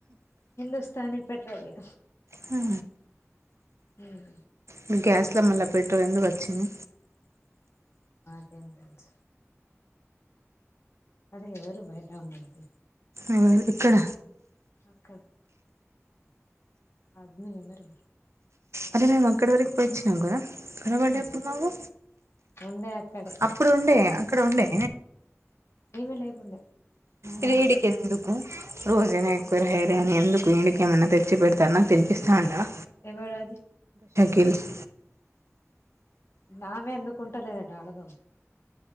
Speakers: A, on the left; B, on the right.
A: హిందుస్థాని పెట్రోలియ
B: హా
A: హుమ్
B: మీ గ్యాస్ల మళ్ళా పెట్రోల్ ఎందుకు వచ్చింది
A: నాకేం తెలుస్ అది ఎవరు బయటా ఉన్నది
B: ఎవరు ఇక్కడ
A: అక్క ఆద్మీ ఎవరు
B: అరే నేను అక్కడి వరకు పోయచ్చినం కదా కనబడే
A: అవును
B: అప్పుడు మాకు
A: ఉండే అక్కడే
B: అప్పుడు ఉండే అక్కడ ఉండే
A: ఈమె లేకుండే
B: ఇది
A: నాకు
B: ఇడికి ఎందుకు రోజుకు హెయిర్ అని ఎందుకు ఈడిక ఏమన్నా తెచ్చి పెడతాన్న తినిపిస్తాన్న
A: ఎవడు అది
B: కిల్స్
A: నామే ఎందుకు కుంటలేదట ఆళ్ళది